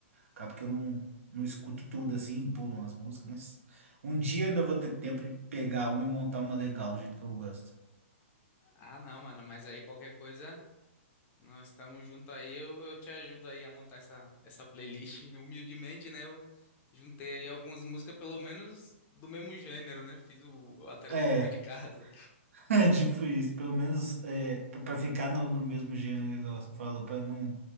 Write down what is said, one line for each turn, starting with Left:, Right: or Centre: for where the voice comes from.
Right: acaba que eu não, não escuto tudo assim, pulo umas músicas, mas um dia eu ainda vou ter tempo de pegar uma e montar uma legal do jeito que eu gosto.
Left: Ah, não, mano, mas aí qualquer coisa. Nós estamos juntos aí, eu, eu te ajudo aí a montar essa, essa playlist. Humildemente, né? Eu juntei aí algumas músicas, pelo menos do mesmo gênero, né? Fiz o, a tare-
Right: É,
Left: o dever de casa.
Right: <laughs> é tipo isso, pelo menos é, pra pra ficar no, no mesmo gênero, igual você falou, pra não